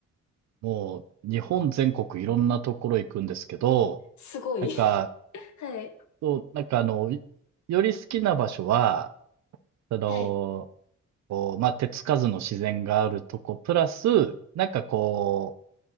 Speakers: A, on the right (about 65°); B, on the left (about 70°).
A: もう、日本全国いろんなところ行くんですけど、
B: すごい。
A: なんか、
B: <laughs> はい。
A: そう、なんかあの、より好きな場所は、その、
B: はい。
A: こう、まあ、手つかずの自然があるとこ、プラス、なんかこう、